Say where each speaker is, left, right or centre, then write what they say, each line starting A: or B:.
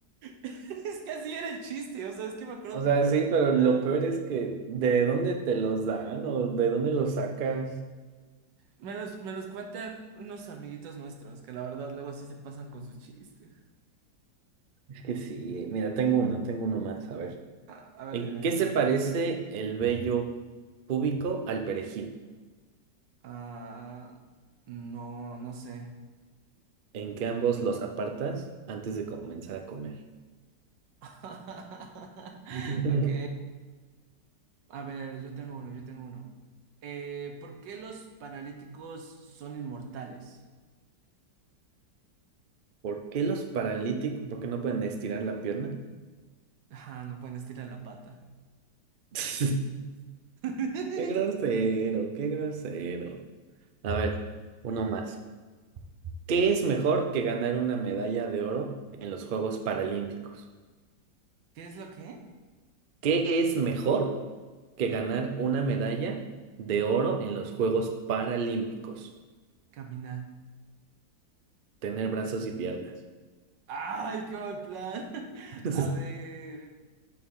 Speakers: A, on the right (about 85°); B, on the right (about 65°).
A: <laughs> Es que así era el chiste, o sea, es que me acuerdo
B: O
A: porque
B: sea,
A: me
B: sí,
A: lo contaron.
B: pero lo peor es que ¿de dónde te los dan o de dónde los sacas?
A: Me los, me los cuentan unos amiguitos nuestros que la verdad luego sí se pasan con sus chistes.
B: Es que sí, eh, mira, tengo uno, tengo uno más, a ver.
A: A, a ver,
B: ¿En
A: dime,
B: qué
A: dime.
B: se parece el vello púbico al perejil?
A: Ah, no, no sé.
B: ¿En qué ambos los apartas antes de comenzar a comer?
A: <laughs>
B: <laughs>
A: Ok. A ver, yo tengo uno, yo tengo uno. Eh, ¿por qué los paralíticos son inmortales? <laughs>
B: ¿Por qué los paralíticos, por qué no pueden estirar la pierna?
A: Ah, no pueden estirar la pata.
B: <laughs>
A: <laughs> ¿Qué
B: Qué grosero, qué grosero. A ver, uno más. ¿Qué es mejor que ganar una medalla de oro en los Juegos Paralímpicos?
A: es lo que?
B: ¿Qué es mejor que ganar una medalla de oro en los Juegos Paralímpicos?
A: Caminar.
B: Tener brazos y piernas.
A: ¡Ay, qué mal plan! <laughs>
B: <laughs>
A: A ver,